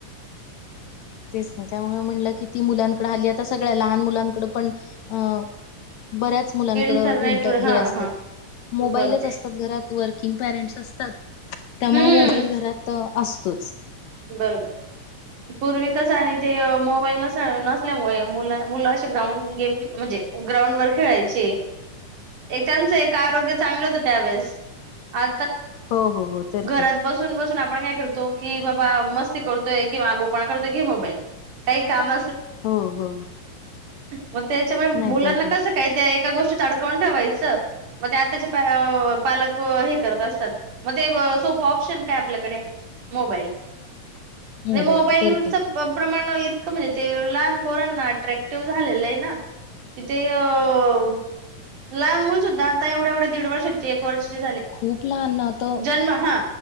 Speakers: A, on the left (about 70°); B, on the right (about 70°).
A: तेच नाही त्यामुळे म्हणलं की ती मुलांकडं हली आता सगळ्या लहान मुलांकड पण अं. बऱ्याच मुलांकड
B: इंटरनेट
A: इंट
B: वर
A: हे
B: हा
A: असतात
B: हा बरोबर
A: मोबाईलच असतात घरात. वर्किंग पेरेंट्स असतात त्यामुळे
B: हम्म
A: मोबाईल घरात असतोच.
B: बरोबर. पूर्वी कस आणि ते मोबाईल नस नसल्यामुळे मु मुलं असे ग्राउंड गेम म्हणजे. ग्राउंड वर खेळायचे. एक त्यांचं एक आरोग्य चांगलं होत त्यावेेळेस आ.
A: हो हो हो तर
B: घरात
A: की
B: बसून बसून आपण काय करतो की. बाबा मस्ती करतोय किंवा गोपाळ करतोय कि मोबाईल काही काम.
A: हो हो
B: मग त्या
A: नाहीतर
B: मुलांनास
A: काय
B: का. एका गोष्टी आडकावून ठेवायचं. मग ते आताचे पालक हे करत असतात मग ते सोपं ऑप्शन काय आपल्याकडे. मोबाईल. म्हे
A: मोबाईल
B: मोबाईलच
A: तर काय
B: प्रमाण इतकं म्हणजे ते लहान. पोरांना अट्रॅक्टिव्ह झालेलं आहे ना किथ अ. लहान मुल सुद्धा आता एवढ्या एवढ्या दीड वर्षाचे. वर्ष कि
A: खूप लहान ना आता
B: जन्म हा